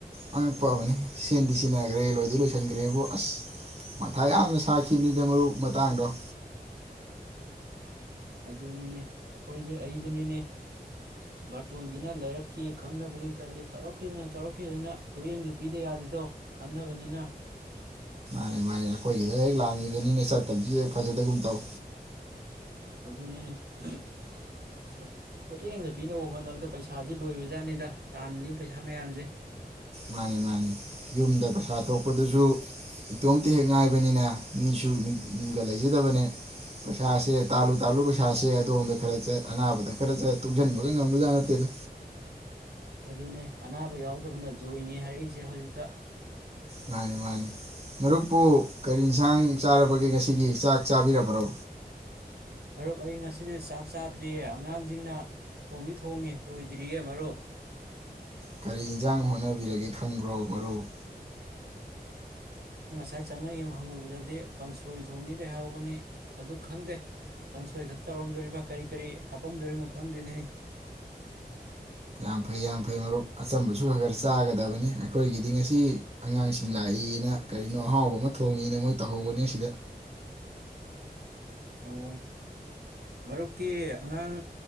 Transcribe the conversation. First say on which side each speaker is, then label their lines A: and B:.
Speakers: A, on the right; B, on the right.
A: ꯑꯉꯛꯄ ꯑꯃꯅꯤ ꯁꯤꯟꯗꯤ ꯁꯤꯅꯒꯔꯦ ꯂꫭꯏꯗꯤ ꯂꫭꯏꯁꯤꯟ ꯒꯔꯦꯕꯨ ꯑꯁ ꯃꯠꯊꯥ‌ ꯌꯥꯝꯅ ꯁꯥꯈꯤꯕꯅꯤꯗ ꯃꯔꯨꯞ ꯃꯇꯥꯡꯗꫭ꯫
B: ꯑꯗꯨꯅꯤꯅꯦ ꯑꯈꫭꯏꯁꯨ ꯑꯩꯖꯨꯅꯤꯅꯦ ꯕꯥꯔꯇꫭꯟꯁꯤꯅ ꯂꯩꯔꯛꯀꯤ ꯈꯪꯅꯕꯒꯤ ꯀꯔꯤꯒꯤ ꯇꯧꯔꯛ ꯈꯤꯕꯖꯤꯅ ꯇꯧꯔꯛ ꯈꯤꯕꯖꯤꯅ ꯄꫭꯌꯦꯡꯗꯨ ꯄꯤꯗ ꯌꯥꯗꯇꯧ ꯈꯪꯅꯕꯅꯤꯅ꯫
A: ꯅ‌ꯦꯃꯥꯅ‌ꯦ ꯑꯈꯣꯏꯒꯤꯗ ꯍ‌ꯦꯛ ꯂꯥꯛꯑꯝꯃꯤꯕꯅꯤꯅ ꯆꯠꯇꯕꯗꯨꯗ ꯍ‌ꯦꯛ ꯐꯖꯗꯒꯨꯝꯇꯧ꯫
B: ꯑꯗꯨꯅꯤꯅ‌ꯦ <unintelligible> ꯁꯠ ꯄ‌ꯣꯌ‌ꯦꯡꯗ ꯄꯤꯅꯕ ꯍ‌ꯣꯠꯅꯕꯗ ꯄꯩꯁꯥꯁꯤ ꯂꫭꯏꯕ ꯖꯥꯠꯅꯤꯗ ꯇꯥꯜꯂꯤꯕ ꯄꯩꯁꯥ ꯃꯌꯥꯝꯖ‌ꯦ꯫
A: ꯃꯥꯅꯤ- ꯃꯥꯅꯤ ꯌꯨꯝꯗ ꯄꯩꯁꯥ ꯊꫭꯛꯄꯗꯨꯁꯨ ꯏꯇꫭꯝꯇ ꯍ‌ꯦꯛ ꯉꯥꯏꯕꯅꯤꯅ ꯃꯤꯁꯨ ꯃꯤ-ꯃꯤꯒ ꯂꯩꯖꯗꯕꯅ‌ꯦ ꯄꯩꯁꯥꯁ‌ꯦ ꯇꯥꯜꯂꯨ- ꯇꯥꯜꯂꯨ ꯄꯩꯁꯥꯁ‌ꯦ ꯑꯗꫭꯝꯗ ꯈꯔ ꯆꯠ ꯑꯅꯕꯗ ꯈꯔ ꯆꯠ ꯇꯨꯡꯖꯤꯟꯕꯒ ꯉꯝꯕꯖꯥꯠ ꯅꯠꯇ‌ꯦꯗ꯫
B: ꯑꯗꯨꯅ‌ꯦ ꯑꯅꯥꯕ ꯌꯥꯎꯇꯕꯅ ꯖꫭꯏꯅꯩ ꯍꯥꯏꯔꯤꯖ‌ꯦ ꯍꯧꯖꯤꯛꯇ꯫
A: ꯃꯥꯅꯤ-ꯃꯥꯅꯤ꯫ ꯃꯔꯨꯞꯄꯨ ꯀꯔꯤ ꯏꯟꯁꯥꯡ ꯆꯥꯔꯕꯒ‌ꯦ ꯉꯥꯁꯤꯒꯤ ꯆꯥꯛ ꯆꯥꯕꯤꯔꯕꯔ꯭ꯣ꯫
B: ꯔꯨꯞ ꯑꯩ ꯉꯁꯤꯗꯤ ꯆꯥꯛꯆꯗ꯭ꯔꯤꯌ‌ꯦ ꯑꯉꯥꯡꯁꯤꯡꯅ ꯊꫭꯡꯗꯤ ꯊꫭꯡꯉꯥ ꯂꫭꯏꯗꯔ꯭ꯤꯌ‌ꯦ ꯃꯔꯨꯞ ꯫
A: ꯀꯔꯤ ꯏꯟꯁꯥꯡ ꯍꫭꯠꯅꯕꯤꯔꯒ‌ꯦ ꯈꯪꯕꯔ꯭ꯣ ꯃꯔꯨꯞ꯫
B: ꯑꯩ ꯆꯪꯌ‌ꯦꯡ ꯍꯪꯉꯨꯕꯗꯗꯤ ꯀꯥꯡꯁꫭꯏ ꯊꫭꯡꯅ‌ꯦꯗꯤ ꯍꯥꯏꯍꯧꯕꯅꯤ ꯑꯗꯨ ꯈꯪꯗ‌ꯦ ꯀꯥꯡꯁꫭꯏꯈꯠꯇ ꯇꯧꯔꯝꯗꫭꯔꯤꯕꯔ꯭ꯥ ꯀꯔꯤ- ꯀꯔꯤ ꯍꯥꯞꯄꯝ ꯗꫭꯔꯤꯃꫭ ꯈꯪꯗ‌ꯦꯅꯍ‌ꯦ꯫
A: ꯌꯥꯝꯐꯩ- ꯌꯥꯝꯐꯩ ꯃꯔꯨꯞ ꯑꯆꯝꯕꯁꯨ ꯈꯔ- ꯈꯔ ꯆꯥꯒꯗꯕꯅꯤ ꯑꯈꯣꯏꯒꯤꯗꯤ ꯉꯁꯤ ꯑꯉꯥꯡꯁꯤꯡ ꯂꯥꯛꯏꯅ ꯀꯔꯤꯅꫭ ꯑꯍꯥꯎꯕ ꯑꯃ ꯊꫭꯡꯉꯤꯅ ꯃꫭꯏ ꯊꯧꯍꯧꯕꯅꯤ ꯑꯁꯤꯗ꯫
B: ꯑꯣ ꯃꯔꯨꯞꯀꯤ ꯑꯉꯥꯡ